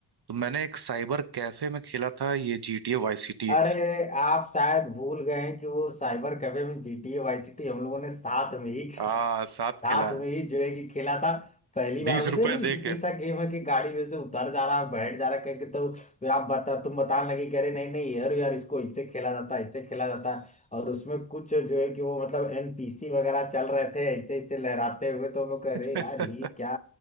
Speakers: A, on the right; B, on the left.
A: तो मैंने एक साइबर कैफे में खेला था ये GTA वाइस सिटी
B: अरे आप शायद भूल गए हैं कि वो साइबर कैफे में GTA वाई जीटी हम लोगों ने साथ में ही
A: आ साथ
B: साथ
A: खेला है
B: में ही जो है कि खेला था पहली बार
A: बीस
B: उनको
A: रुपए
B: अरे ये
A: दे
B: कैसा
A: के
B: गेम है कि गाड़ी में से उतर जा रहा है बैठ जा रहा है कह के तो फिर आप बता तुम बताने लगे कि अरे नहीं नहीं यार यार इसको इससे खेला जाता है इससे खेला जाता है और उसमें कुछ जो है कि वो मतलब एनपीसी वगैरह चल रहे थे ऐसे ऐसे लहराते हुए तो हम लोग कह
A: <laughs>
B: रहे यार ये क्या